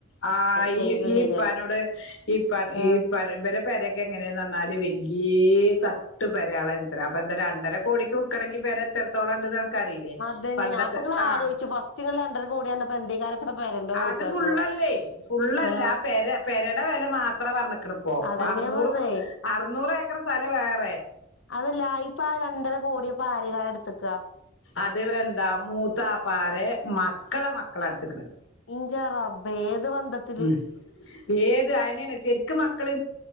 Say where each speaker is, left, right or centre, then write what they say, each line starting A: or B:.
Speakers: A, on the left (about 85°); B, on the left (about 70°).
A: ആ
B: ചെയ്യുന്ന
A: ഈ
B: ചെയ്താൽ
A: ഇപ്പാനോട് <unintelligible>
B: ആ
A: പെരക്കെ എങ്ങറെനാൽ വല്യാ തട്ട് പെരളനി അപ്പോ രണ്ടര കോടിക്ക് വിക്കണം പേരെ എത്ര തേളം ഉണ്ട് ഇങ്ങക്ക്ക്കറിയില്ലേ
B: അതന്നെ
A: പണ്ടത്തെ
B: ഞാൻ ഇപ്പൊ ഇങ്ങനെ
A: ആഹ്.
B: ആലോചിച്ചു ഫസ്റ്റ് നിങ്ങൾ രണ്ടര കോടി പറഞ്ഞപ്പോ എന്തേക്കാരം ഇപ്പൊ പെരന്റെ ഹൗസാക്ക്
A: അത് ഫുള്ളല്ലേ ഫുള്ളല്ല
B: ആ
A: പെര പെരാ വില മാത്രേ പറഞ്ഞക്കണപ്പോ
B: അതന്നെ
A: അറനൂറ്
B: ഞാൻ പറഞ്ഞേ
A: അറനൂറ് ഏക്കർ സ്ഥലം വേറെ
B: അതല്ലാ ഇപ്പൊ ആ രണ്ടര കോടിയപ്പ ആരയക്കാരം എടുത്തക്ക.
A: അത് എന്താ മൂത്താപ്പാരെ. മക്കളെ മക്കളെ എടുത്ത്ക്കണാ
B: ഇഞ്ച റബ്ബ് ഏത് ബന്ധത്തില്
A: ഉ ഏത് അയനാ ശ മക്കള്